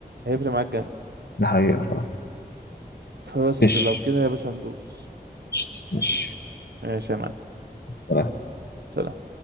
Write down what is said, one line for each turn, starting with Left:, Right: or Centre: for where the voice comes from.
Right: هيفرق معاك جامد
Left: ده حقيقة فعلا
Right: فبس
Left: ماشي
Right: لو كده يا باشا ندوس
Left: قشطة. ماشي
Right: ماشي يا معلم
Left: سلام
Right: سلام.